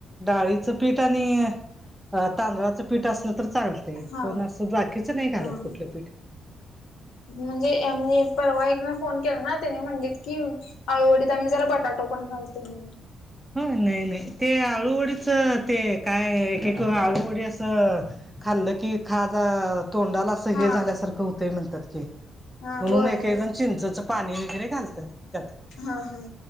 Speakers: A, in the centre; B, on the left.
A: डाळीचं पीठ आणि तांदळाचं पीठ असलं तर चांगलं? ते
B: हा
A: पण असं बाकीच नाही घालत
B: हा
A: कुठलं पीठ.
B: म्हणजे म्हणजे परवा एक ना फोन केला ना त्याने म्हणलेत की? आळूवडीत आम्ही जरा बटाट पण घालतोय म्हणून
A: हो नाही नाही ते आळूवडीच ते काय एक एक आळूवडी असं खाल्लं की खाज तोंडालाच
B: हा
A: हे झाल्यासारख होतय म्हणत्यात की
B: हा
A: म्हणून
B: होय
A: एकेकजन. चिंचच पाणी वगैरे घालत्यात त्यात
B: हा हा